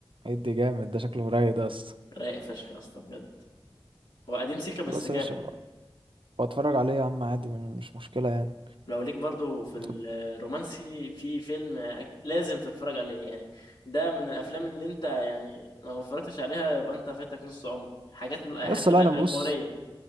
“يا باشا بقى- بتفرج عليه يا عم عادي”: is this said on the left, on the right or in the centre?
Right